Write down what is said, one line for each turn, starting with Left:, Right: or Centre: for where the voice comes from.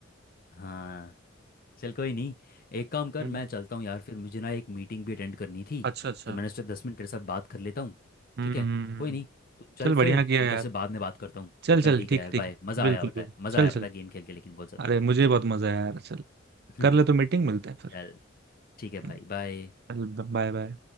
Left: हाँ चल कोई नहीं एक काम कर
Right: हम्म,
Left: मैं चलता हूँ यार फिर मुझे ना एक मीटिंग भी अटेंड करनी थी
Right: अच्छा अच्छा
Left: तो मैंने सोचा दस मिनट तेरे साथ बात कर लेता हूँ
Right: हम्म
Left: ठीक
Right: हम्म,
Left: है
Right: हम्म।
Left: कोई नहीं तो चल
Right: चल
Left: फिर
Right: बढ़िया
Left: मैं
Right: किया यार
Left: तेरे से बाद में बात करता हूँ
Right: चल चल
Left: चल ठीक
Right: ठीक
Left: है यार बाय
Right: ठीक
Left: मज़ा
Right: बिल्कुल
Left: आया पता
Right: बिल्कुल
Left: है मज़ा
Right: चल
Left: आया
Right: चल
Left: पता है गेम खेल के लेकिन बहुत ज़्यादा
Right: अरे मुझे बहुत मजा आया यार चल
Left: <laughs>
Right: कर ले तो मीटिंग मिलते हैं फिर
Left: चल ठीक है
Right: हम्म,
Left: भाई बाय
Right: चल Bye bye